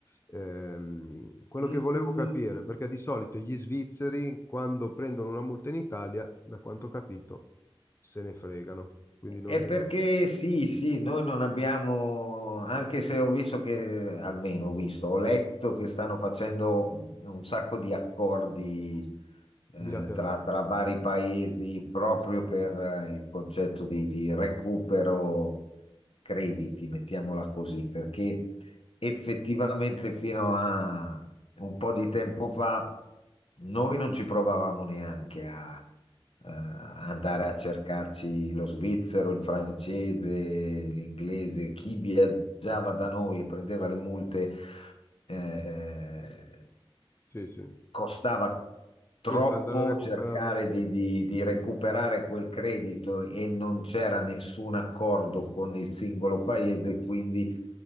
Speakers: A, on the left; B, on the left.
A: ehm, quello
B: Mm,
A: che volevo capire, perché di solito gli svizzeri quando prendono una multa in Italia, da quanto ho capito, se ne fregano, quindi non
B: È
A: devono,
B: perché sì, sì, noi non abbiamo, anche se ho visto che, almeno ho visto, ho letto che stanno facendo mh, un sacco di accordi eh,
A: bilaterale.
B: tra, tra vari paesi proprio per eh, il concetto di, di recupero crediti, mettiamola così, perché effettivamente fino a un po' di tempo fa noi non ci provavamo neanche a eh, andare a cercarci lo svizzero, il francese, l'inglese, chi viaggiava da noi e prendeva le multe. eh, eh,
A: Sì, sì.
B: costava troppo
A: Sì, per andare a recuperarlo.
B: cercare di, di- di recuperare quel credito e non c'era nessun accordo con il singolo paese, quindi